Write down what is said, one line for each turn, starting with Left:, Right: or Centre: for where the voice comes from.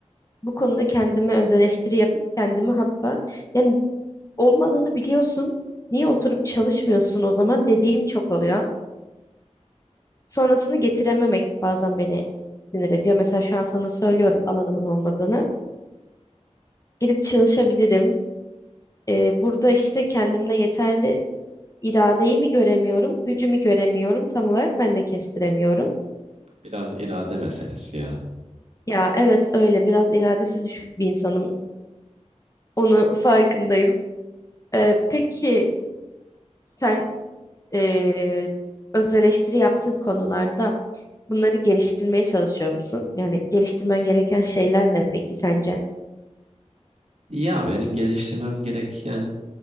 Left: Bu konuda kendime öz eleştiri yapıp kendimi hatta yani olmadığını biliyorsun. Niye oturup çalışmıyorsun o zaman dediğim çok oluyor. Sonrasını getirememek bazen beni sinir ediyor. Mesela şu an sana söylüyorum alanımın olmadığını. Gidip çalışabilirim. Ee, burada işte kendimde yeterli iradeyi mi göremiyorum, gücümü göremiyorum. Tam olarak ben de kestiremiyorum.
Right: Biraz irade meselesi ya.
Left: Ya evet öyle biraz iradesi düşük bir insanım. Onu farkındayım. Ee, peki sen ee, öz eleştiri yaptığın konularda bunları geliştirmeye çalışıyor musun? Yani geliştirmen gereken şeyler ne peki sence?
Right: Ya benim geliştirmem gereken